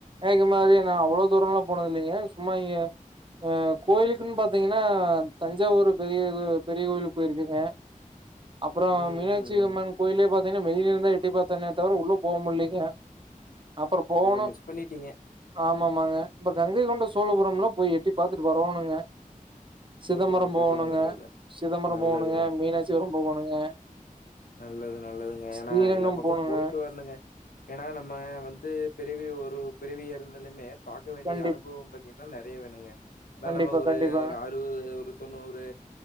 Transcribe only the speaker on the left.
ம்,
ம், ம்.
ஓ! மிஸ் பண்ணிட்டீங்க.
போயிட்டு வாங்க, போயிட்டு
வாங்க. நல்லது.
நல்லதுங்க.
நல்லது நல்லதுங்க
ஏன்னா எல்லா பக்கமு
போயிட்டு வரணுங்க ஏன்னா நம்ம வந்து பிறவி ஒரு பிறவி இருந்தலுமே பாக்க வேண்டிய
அனுபவம் போய் ப்டின்னா நெறைய வேணுங்க ஏன்னா
நம்ம ஒரு
ஒரு ஆறு ஒரு ஒரு தொண்ணூறு